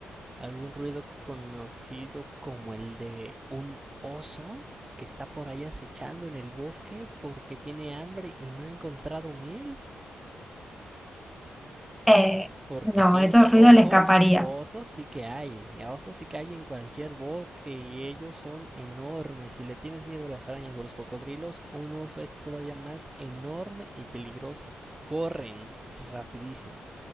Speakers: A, on the right; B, in the centre.
A: algún ruido conocido como el de un oso que está por ahí acechando en el bosque porque tiene hambre y no ha encontrado miel.
B: Eh,
A: Porque
B: no,
A: piensa,
B: esos ruidos
A: osos,
B: le escaparía.
A: osos sí que hay, osos sí que hay en cualquier bosque y ellos son enormes. Si le tienes miedo a las arañas o a los cocodrilos, un oso es todavía más enorme y peligroso. Corren rapidísimo,